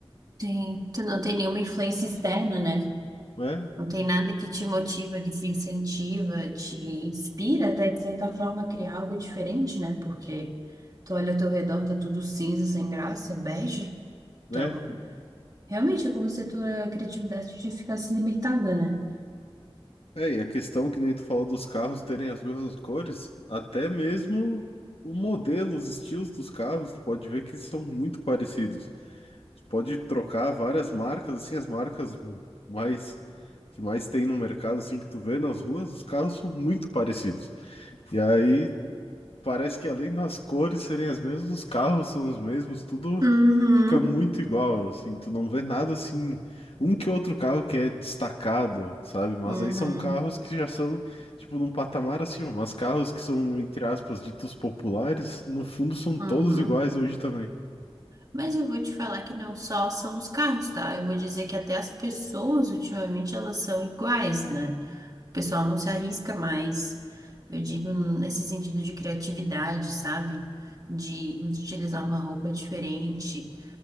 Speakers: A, on the right; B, on the left.
A: sim. Tu não tem nenhuma influência externa, né?
B: É,
A: Não tem nada que te motiva, que te incentiva, te inspira até de certa forma a criar algo diferente, né? Porque tu olha ao teu redor, tá tudo cinza, sem graça, bege.
B: né?
A: Então. Realmente é como se a tua criatividade te ficasse limitada, né?
B: É, e a questão que nem tu falou dos carros terem as mesmas cores, até mesmo o modelo, os estilos dos carros, tu pode ver que eles são muito parecidos. Tu pode trocar várias marcas, assim, as marcas mais que mais tem no mercado, assim, que tu vê nas ruas, os carros são muito parecidos. E aí parece que além das cores serem as mesmas, os carros são os mesmos, tudo
A: Uhum.
B: fica muito igual, assim, tu não vê nada assim, um que outro carro que é destacado, sabe? Mas
A: Uhum,
B: aí são carros que já são, tipo, num patamar acima, mas carros que são, entre aspas, ditos populares, no fundo são todos
A: uhum.
B: iguais hoje também.
A: Mas eu vou te falar que não só são os carros, tá? Eu vou dizer que até as pessoas, ultimamente, elas são iguais, né? O pessoal não se arrisca mais, eu digo, nesse sentido de criatividade, sabe? De utilizar uma roupa diferente,